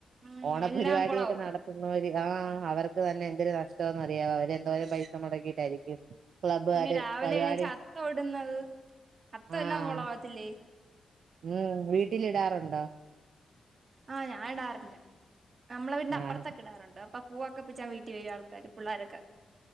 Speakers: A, on the right; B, on the right.
A: ഉം
B: ഓണപരിപാടിയൊക്കെ
A: എല്ലാം കൊളാവും
B: നടത്തുന്നവര് ആഹ അവർക്ക് തന്നെ എന്തൊരു നഷ്ടോന്ന് അറിയാ അവര് എന്തോാലും പൈസ മുടക്കിയിട്ടായിരിക്കും ക്ലബ്ബുകാര്
A: പിന്നെ രാവിലെ
B: പരിപാടി
A: ചത്ത ഒ ടുന്നത് അത്ത
B: ആഹ്
A: എല്ലാം കൊളാവത്തില്ലേ
B: ഉം വീട്ടിലിടാറുണ്ടോ
A: ആഹ് ഞാൻ ഇടാറില്ല നമ്മളെ അവന്റെ അപ്പുറത്തൊക്കെ
B: ആഹ്
A: ഇടാറുണ്ട് അപ്പൊ പൂവൊക്കെ പിച്ചാൻ <unintelligible> പിള്ളോരൊക്കെ